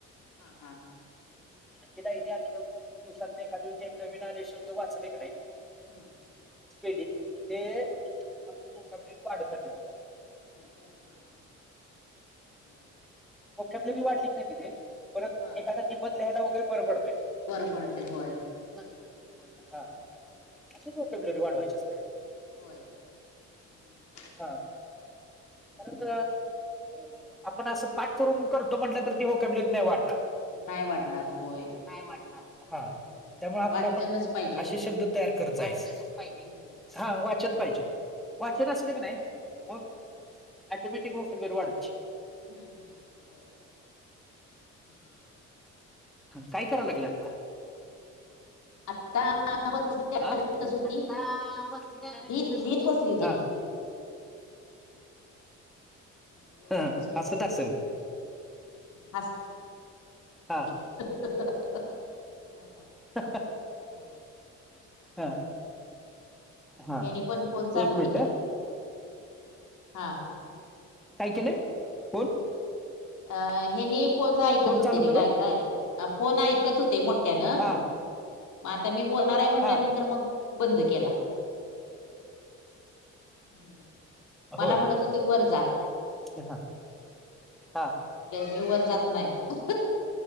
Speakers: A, on the left; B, in the centre.
A: हा
B: आणखची
A: हा
B: डायरी
A: बर
B: आत ना दिवसात नाही कधी ते नवीन आले शब्द वाचले की नाही
A: हम्म
B: स्पेलिंग ते आपली
A: हम्म.
B: मोकाकडे वाढत रा मघ
A: पय का आहे हां हां बरं
B: मुक्या प्लेरी वाटली की नाही तिथे परत
A: हा
B: एखादा निपत लिहायला वगैरे बर पडतंय
A: बरं पण ते होय
B: को
A: हा.
B: कर वाड वयचच त्या
A: होय हम्म.
B: हा
A: हा.
B: कारण आपण असं पाठ करून करतो म्हटलं तर ती हो कॅब्लेट नाही वाढणार
A: नाही वाटणार होय
B: हा
A: हम्म.
B: त्यामुळे आपला
A: वाचनच
B: पण
A: पाहिजे
B: असे शब्द तयार करत जायच
A: हम्म.
B: हा वाचन
A: हम्म.
B: पाहिजे वाचन
A: होय
B: असले की नाही मग अटोमॅटिक वकल बेवा वाढचची
A: हम्म हम्म होय ह् हम
B: काय करायला लागले आता
A: आता बसलीच
B: अ
A: होती
B: आता बसलीस
A: लिहित
B: होटी
A: लिहित बसली होती
B: ह
A: मग
B: ह अससत असेल
A: ह अ
B: हां
A: <inaudible>
B: <inaudible>
A: हा हा हा
B: हा हा
A: हेनी पण फोन चालू
B: एक मिीटर
A: हा
B: काय केलंय फोन
A: अ हे न फोन ऐकत होते
B: चालू
A: रे
B: करून
A: काय काय फोन ऐकत होते मोठ त्यान मग
B: हा
A: आता मी बोलणार आहे म्हंटल्यानंतर
B: हा
A: मग बंद केला. हम
B: होय
A: मला म्हणत होती वर जा
B: हा हा
A: म्हटले मी वर जात नाही